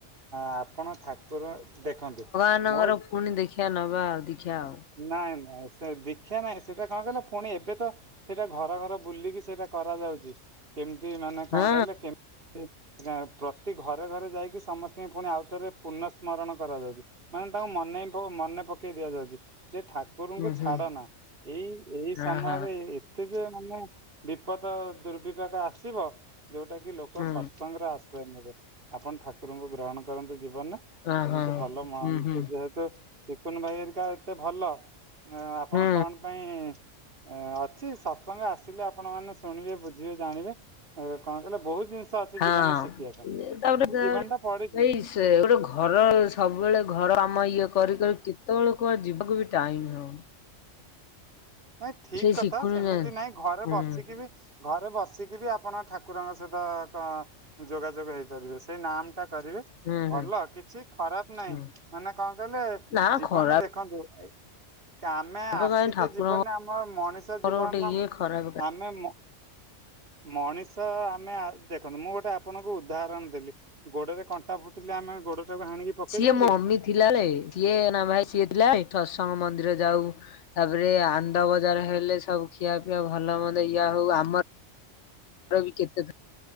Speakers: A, on the right (about 45°); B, on the left (about 70°).
A: ଆପଣ ଠାକୁର, ଦେଖନ୍ତୁ
B: ମାନଙ୍କର
A: ମୋ
B: ପୁଣି ଦେଖିବା ନବା ଆଉ ଦୀକ୍ଷା ଆଉ।
A: ନାଇଁ -ନାଇଁ ସେ ଦୀକ୍ଷା ନାଇଁ। ସେଟା କଣ କହିଲ ପୁଣି ଏବେ ତ ସେଇଟା ଘର ଘର ବୁଲିକି ସେଇଟା କରାଯାଉଛି। କେମିତି ମାନେ
B: ହଁ
A: କଣ କହିଲେ କେମତି ନାଇଁ ପ୍ରତି ଘରେ- ଘରେ ଯାଇକି ସମସ୍ତିଙ୍କି ପୁଣି ଆଉ ଥରେ ପୁନଃ ସ୍ମରଣ କରାଯାଉଛି। ମାନେ ତାଙ୍କୁ ମନେ ହି ମନେ ପକେଇ ଦିଆଯାଉଚି। ଯେ ଠାକୁରୁଙ୍କୁ
B: ହୁଁ
A: ଛାଡ଼ନା।
B: ହୁଁ
A: ଏଇ- ଏଇ ସମୟରେ
B: ଅ ହ
A: ସେ ଯେ ମାନେ ବିପଦ ଦୁର୍ବିପାକ ଆସିବ ଯେଉଟା କିି ଲୋକ
B: ହୁଁ
A: ସତସଙ୍ଗରେ ଆଶ୍ରୟ ନେବେ ଆପଣ ଠାକୁରଙ୍କୁ ଗ୍ରହଣ କରନ୍ତୁ ଜୀବନରେ।
B: ଅ
A: ଏମିତି
B: ହ
A: ଭଲ <unintelligible>
B: ହୁଁ ହୁଁ
A: ଯେହେତୁ ଚକୁନ ଭାଇ ହରିକା ଏତେ ଭଲ ଆପଣ
B: ହୁଁ
A: କଣ ପାଇଁ ଏ ଅଛି ସତସଙ୍ଗ ଆସିଲେ ଆପଣ ମାନ ଶୁଣିବେ ବୁଝିବେ ଜାଣିବେ ଏ କଣ କହିଲେ ବହୁତ ଜିନିଷ ଅଛି
B: ହଁ
A: ଜୀବନରେ ଶିଖିବା ପାଇଁ
B: ତାପରେ ତା
A: ଜୀବନ ଟା ପଡିଛିି।
B: ଏଇ ସେ ଗୋଟେ ଘର ସବୁବେଳେ ଘର କାମ ଇଏ କରିିକରି କେତେବେଳେ କୁଆଡେ ଯିବାକୁ ବି ଟାଇମ ହଉନି।
A: ନାଇ ଠିକ
B: ସେଇ
A: କଥା
B: ଶିଖୁନୁ
A: ସେମିତି
B: ଯାଆନ୍ତି
A: ନାହିଁ ଘରେ
B: ହୁଁ
A: ବସିକି
B: ହୁଁ।
A: ବି ଘରେ ବସିକି ବି ଆପଣ ଠାକୁରଙ୍କ ସହିତ ଯୋଗାଯୋଗ ହେଇପାରିବେ। ସେଇ ନାମ ଟା କରିବେ
B: ହୁଁ ହୁଁ
A: ଭଲ କିଛି ଖରାପ ନାହିଁ
B: ହୁଁ
A: ମାନେ କଣ କହିଲେ
B: ନା
A: ଜୀବନ
B: ଖରାପ
A: ଦେଖନ୍ତୁ ଆମେ ଆସିଛେ
B: କାହିଁ ଠାକୁରଙ୍କର
A: ଜୀବନରେ ଆମ ମଣିଷ ଜୀବନ
B: ଗୋଟେ ଇଏ ଖରାପ କାହିଁ
A: ଆମେ ମ ମଣିଷ ଆମେ ଆସି ଦେଖନ୍ତୁ ମୁଁ ଗୋଟେ ଆପଣଙ୍କୁ ଉଦାହରଣ ଦେଲି ଗୋଡରେ କଣ୍ଟା ଫୁଟିଲେ ଆମେ ଗୋଡଟାକୁ ହାଣିକି ପକେଇ
B: ସିଏ
A: ଦଉଛେ
B: ମମି
A: କି
B: ଥିଲା ବେଳେ ସିଏ ନା ଭାଇ ସିଏ ଥିଲା ବେଳେ ସତସଙ୍ଗ ମନ୍ଦିର ଯାଉ। ତାପରେ ଆନନ୍ଦ ବଜାର ହେଲେ ସବୁ ଖିଆ ପିଆ ଭଲ ମନ୍ଦ ଇଆ ହଉ ଆମର ଆଉ ବି କେତେ